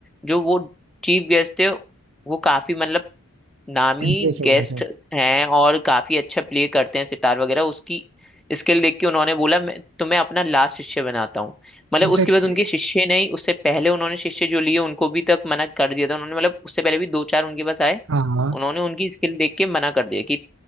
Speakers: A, in the centre; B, on the right.
A: जो वो चीफ गेस्ट थे वो काफी मतलब नामी
B: इम्प्रेस हो
A: गेस्ट
B: गए थे
A: हैं और काफी अच्छा प्ले करते हैं सितार वगैरह उसकी स्किल देख के उन्होंने बोला मैं तुम्हें अपना लास्ट शिष्य बनाता हूँ मतलब
B: इनफैक्ट
A: उसके बाद उनके शिष्य नहीं उससे पहले उन्होंने शिष्य जो लिए उनको भी तक मना कर दिया था उन्होंने मतलब उससे पहले भी दो चार उनके पास आए
B: हाँ हाँ
A: उन्होंने उनकी स्किल देख के मना कर दिया कि